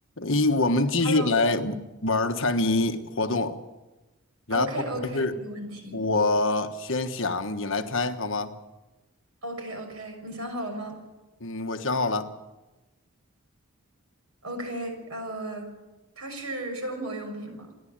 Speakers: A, on the left; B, on the right.
A: 一，我们继续来玩儿猜谜活动。
B: Hello，OK
A: 然后
B: OK，没有问题。
A: 我先想，你来猜好吗？
B: OK OK，你想好了吗
A: 嗯，我想好了。
B: ？OK，呃，它是生活用品吗？